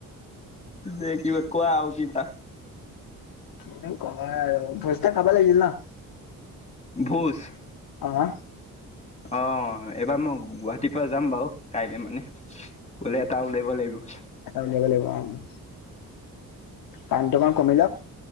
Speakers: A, on the left (about 20°); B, on the left (about 85°).
A: দে কিবা কোৱা আউ কিবা।
B: কি কবা আৰু পইচা খাবা লাগিছিল না।
A: ভোজ।
B: আমা
A: অ এইবা মই গুৱাহাটী পৰা যাম বাউ কাইলে মানে। বোলে এটা উলেব লাগিব।
B: <unintelligible> পাম তুমা কমি লক